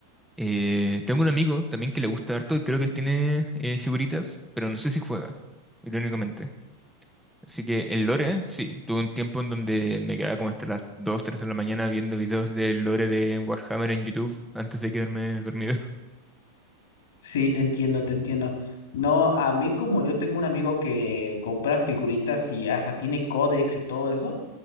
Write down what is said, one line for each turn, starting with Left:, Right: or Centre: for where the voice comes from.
Centre: Eh, tengo un amigo también que le gusta harto y creo que él tiene eh, figuritas, pero no sé si juega, irónicamente. Así que el lore, sí, tuve un tiempo en donde me quedaba como hasta las 2 3 de la mañana viendo videos del lore de Warhammer en YouTube antes de quedarme dormido. <laughs>
Left: Sí, te entiendo, te entiendo. No, a mí como yo tengo un amigo que compra figuritas y hasta tiene códex y todo eso,